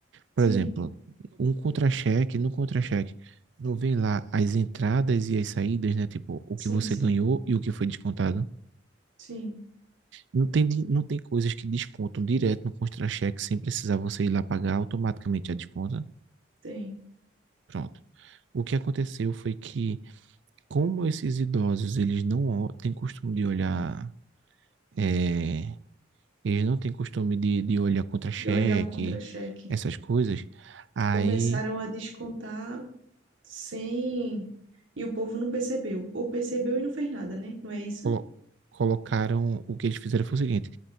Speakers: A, on the right (about 70°); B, on the right (about 85°).
A: Por
B: Sim,
A: exemplo, um contra-cheque, no contra-cheque, não vem lá as entradas e as saídas, né? Tipo, o
B: sim,
A: que você
B: sim,
A: ganhou e o que foi descontado.
B: sim,
A: Não tem, di- não tem coisas que descontam direto no contra-cheque sem precisar você ir lá pagar, automaticamente já desconta.
B: tem.
A: Pronto. O que aconteceu foi que, como esses idosos, eles não ó- têm costume de olhar, é, eles não têm costume de, de olhar contra-cheque,
B: de olhar o contra-cheque.
A: essas coisas, aí
B: Começaram a descontar sem. E o povo não percebeu. Ou percebeu e não fez nada, né? Não é isso?
A: colo- colocaram, o que eles fizeram foi o seguinte,